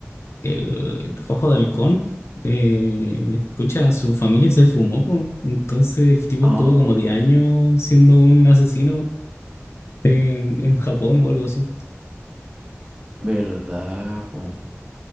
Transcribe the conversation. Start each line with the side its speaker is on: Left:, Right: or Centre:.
Left: el Ojo de Halcón, eh, pucha, su familia se fumó, po. Entonces el tipo
Right: Ah,
Left: estuvo como 10 años siendo un asesino en, en Japón o algo así.
Right: verdad, po.